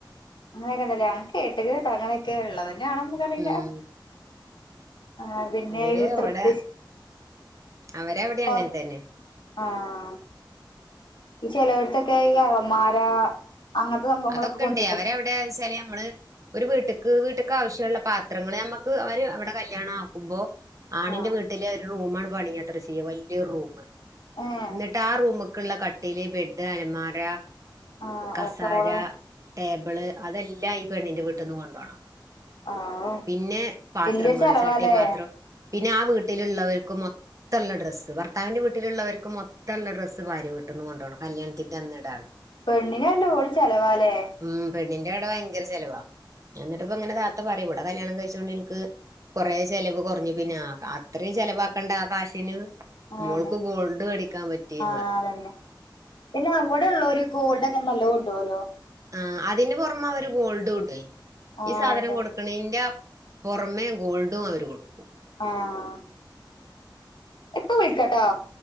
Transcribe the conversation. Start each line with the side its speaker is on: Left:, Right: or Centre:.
Left: അങ്ങനെയൊക്കെ ഉണ്ടല്ലേ? ഞാൻ കേട്ട്ക്ക്ട്ടോ അങ്ങനെയൊക്കെ ഉള്ളതന്നെയാണോന്ന് നമ്മക്കറിയില്ല.
Right: ഉം
Left: ആ പിന്നെഈ
Right: ഇവര്
Left: ഉത്തർപ്രദേശ്
Right: അവിടെ അവരവിടെ
Left: <unintelligible>
Right: അങ്ങനെ തന്നെ
Left: ആഹ് ഈ ചെലയിടത്തൊക്കെ ഈ അലമാര അങ്ങനത്തെ സംഭവങ്ങളൊക്കെ
Right: അതൊക്കെണ്ട്
Left: കൊണ്ടുവരും
Right: അവരവിടെന്ന് വെച്ചാല് നമ്മള് ഒരു വീട്ടിക്ക് വീട്ട്ക്ക് ആവശ്യള്ള പാത്രങ്ങൾ നമ്മക്ക് അവര് അവിടെ കല്യാണാക്കുമ്പോ ആണിന്റെ
Left: ആഹ്
Right: വീട്ടില് ഒരു റൂമാണ് പണിയാണ് ചെയ്യുക വലിയൊരു റൂം
Left: ഏഹ്
Right: എന്നിട്ട് ആ റൂമൊക് ക്കുള്ള കട്ടില്, ബെഡ്, അലമാര
Left: ആഹ്
Right: കസേര
Left: ഓക്കെ ഓള്
Right: ടേബിൾ അതെല്ലാം ഈ പെണ്ണിന്റെ വീട്ടിന്ന് കൊണ്ടോണം.
Left: ആഹ്
Right: പിന്നെ പാത്രങ്ങള്
Left: വല്യൊരു ചെലവാല്ലേ
Right: ചട്ടിപാത്രം, പിന്നെ ആ വീട്ടിലുള്ളവർക്ക് മൊത്തം മൊത്തം ഉള്ളഡ്രസ് ഭർത്താവിന്റെ വീട്ടിലുള്ളവർക്ക് മൊത്തള്ള ഡ്രസ്സ് ഭാര്യ വീട്ടിന്ന് കൊണ്ടോണം കല്യാണത്തിന്റെ അന്ന് ഇടാനുള്ള
Left: പെണ്ണിന് ഒര് ലോഡ് ചെലവാലേ?
Right: ഉം പെണ്ണിന്റെ അവിടെ ഭയങ്കര ചെലവാ എന്നിട്ടിപ്പ ഇങ്ങനെ താത്ത പറയും ഇവിടെ കല്യാണം കഴിച്ചോണ്ട് ഇനിക്ക് കുറെ ചിലവ് കുറഞ്ഞു. പിന്നെ അത്രയും ചെലവാക്കണ്ട ആ കാശിന്
Left: ആഹ് അതന്നെ
Right: മോൾക്ക് ഗോൾഡ് വേടിക്കാൻ പറ്റിന്ന്
Left: ആഹ്
Right: പറഞ്ഞ്
Left: അതന്നെ. പിന്നെ അവിടെ ഉളോര് ഗോൾഡൊക്കെ നലോണം ഇടോല്ലോ?
Right: ആ അതിന്റെ പുറമെ അവര് ഗോൾഡ് ഇടുവെ
Left: ആഹ്
Right: ഈ സാധനം കൊടു ക്കിണിന്റെ പുറമേ ഗോൾഡും അവര് കൊടുക്കും.
Left: ആഹ് ഇപ്പോ വിളിക്കാട്ടോ